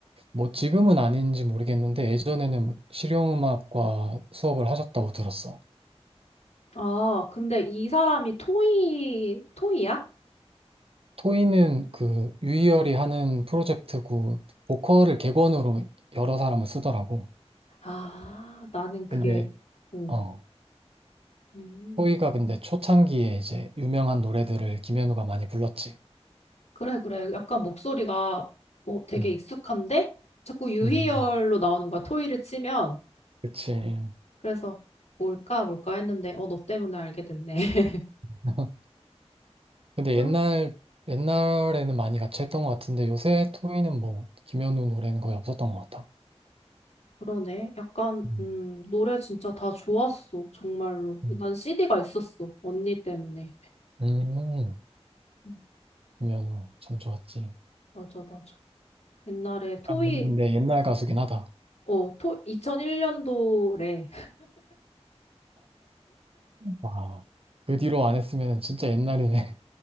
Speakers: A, on the right; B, on the left.
A: 뭐 지금은 아닌지 모르겠는데 예전에는 실용음악과 수업을 하셨다고 들었어.
B: 아, 근데 이 사람이 토이, 토이야?
A: 토이는 그 유희열이 하는 프로젝트고 보컬을 객원으로 여러 사람을 쓰더라고.
B: 아, 나는 그게,
A: 근데
B: 어.
A: 어
B: 음,
A: 토이가 근데 초창기에 이제 유명한 노래들을 김현우가 많이 불렀지.
B: 그래, 그래. 약간 목소리가 어, 되게
A: 음.
B: 익숙한데? 자꾸 유희열로
A: 음.
B: 나오는 거야, 토이를 치면.
A: 그치.
B: 그래서 뭘까, 뭘까 했는데, 어, 너 때문에 알게 됐네. <laughs>
A: <laughs> 근데
B: 그럼
A: 옛날, 옛날에는 많이 같이 했던 것 같은데 요새 토이는 뭐, 김현우 노래는 거의 없었던 것 같아.
B: 그러네. 약간,
A: 음,
B: 음, 노래 진짜 다 좋았어. 정말로. 난
A: 음.
B: CD가 있었어. 언니 때문에.
A: 음,
B: 음,
A: 김현우 참 좋았지.
B: 맞아, 맞아. 옛날에 토이,
A: 아, 근데 옛날 가수긴 하다.
B: 어, 토, 2001년도래.
A: 와, 그 뒤로 안 했으면 진짜 옛날이네.